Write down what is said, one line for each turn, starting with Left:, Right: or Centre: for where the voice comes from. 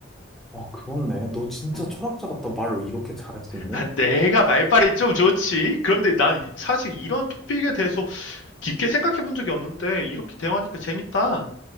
Centre: 아, 그렇네. 너 진짜
Left: 응.
Centre: 철학자 같다. 말로 이렇게 잘했었니?
Left: 아, 내가 말빨이 좀 좋지. 그런데 난 사실 이런 토픽에 대해서 깊게 생각해 본 적이 없는데, 이렇게 대화하니까 재밌다.